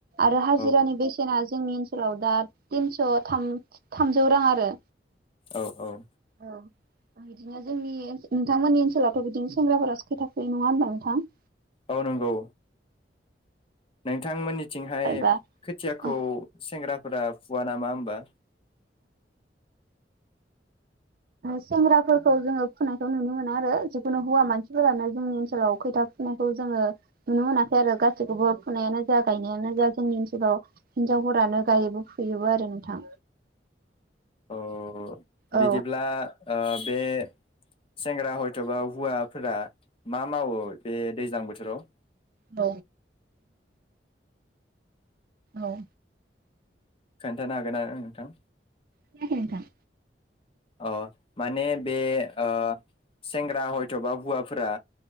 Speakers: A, on the right (about 55°); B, on the left (about 30°).
A: आरो हाजिरानि
B: औ
A: बेसेना जोंनि ओनसो औ दा थिनस' थाम थामजौ रां आरो
B: औ औ
A: अ बिदिनो जोंनि नोंथांमोननि ओनसोलावथ' बिदिनो सेंग्राफोरा खोथिया फुयो नङा होनबा नोंथां?
B: औ नंगौ नोंथांमोननि थिंहाय
A: एबा
B: खोथियाखौ
A: औ
B: सेंग्राफोरा फुवा नामा हो बा
A: सेंग्राफोरखौ जोङो फुनायखौ नुनो मोना आरो जिखुनु हौवा मानसिफोरानो जोंनि ओनसोलाव खैथा फुनायखौ जोङो नुनो मोनाखै आरो गासैखौबो फुनायानो जा गायनायानो जा जोंनि ओनसोलाव हिनजावफोरानो गायोबो फुयोबो आरो नोंथां
B: अ बिदिब्ला
A: औ
B: ओह बे सेंग्रा हयथ'बा हुवा फोरा मा मावो दे दैज्लां बोथ बोथोराव
A: औ औ
B: खोन्थानो हागोनना ओह नोंथां?
A: खोनायाखै नोंथां?
B: अ माने बे ओ सेंग्रा हयथ'बा हुवाफोरा